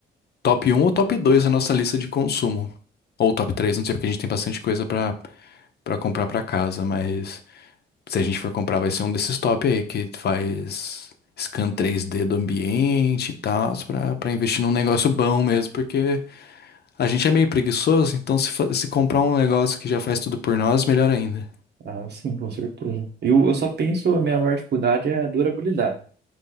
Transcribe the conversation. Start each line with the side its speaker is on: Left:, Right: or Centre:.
Left: top um ou top 2 a nossa lista de consumo. Ou top 3 não sei, porque a gente tem bastante coisa para para comprar para casa, mas Se a gente for comprar, vai ser um desses top aí, que faz scan 3D do ambiente e tal, pra, pra investir num negócio bom mesmo, porque a gente é meio preguiçoso, então se, fa- se comprar um negócio que já faz tudo por nós, melhor ainda.
Right: Ah, sim, com certeza. Eu, eu só penso, a minha maior dificuldade é a durabilidade.